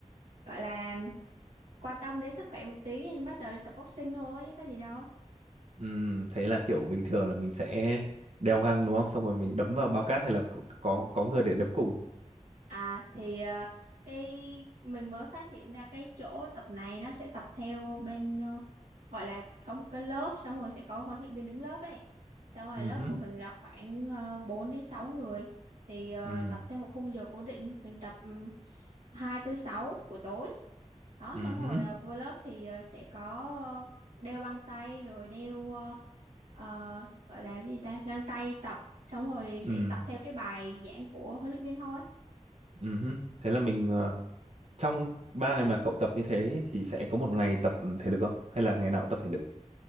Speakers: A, on the right; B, on the right.
A: gọi là quan tâm đến sức khỏe một tí nên bắt đầu đi tập boxing thôi chứ có gì đâu.
B: Ừm, thế là kiểu bình thường là mình sẽ đeo găng đúng không? Xong rồi mình đấm vào bao cát hay là có có, có người để đấm cùng.
A: À thì ờ, cái mình mới phát hiện ra cái chỗ tập này nó sẽ tập theo bên ờ, gọi là có một cái lớp xong rồi sẽ có huấn luyện viên đứng lớp ấy. Xong rồi
B: Ừm,
A: lớp của mình là khoảng uh, 4 đến 6 người thì ờ,
B: ừm,
A: tập theo một khung giờ cố định, mình tập um, 2 tới 6 buổi tối đó
B: ừm,
A: xong rồi ờ, vô lớp thì ờ, sẽ có ờ, đeo băng tay rồi đeo ờ, ờ, gọi là gì ta găng tay tập xong rồi
B: ừm,
A: sẽ tập theo cái bài giảng của huấn luyện viên thôi
B: ừm Thế là mình ờ, trong 3 ngày mà cậu tập như thế thì sẽ có một ngày tập thể lực không? Hay là ngày nào cũng tập thể lực?